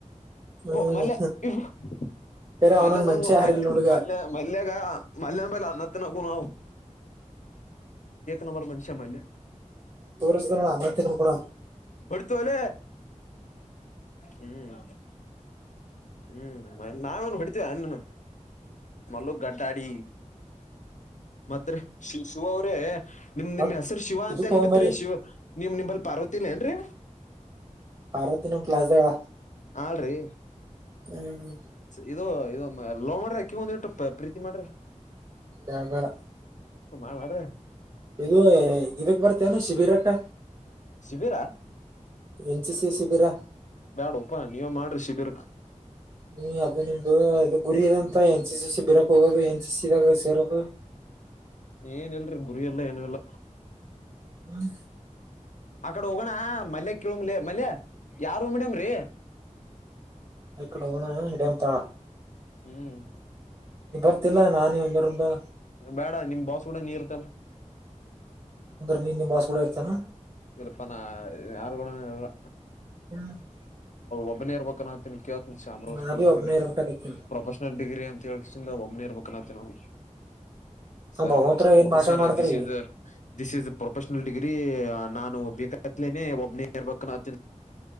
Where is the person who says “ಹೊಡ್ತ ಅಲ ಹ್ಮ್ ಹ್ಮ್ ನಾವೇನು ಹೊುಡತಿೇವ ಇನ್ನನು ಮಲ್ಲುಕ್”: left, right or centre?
Left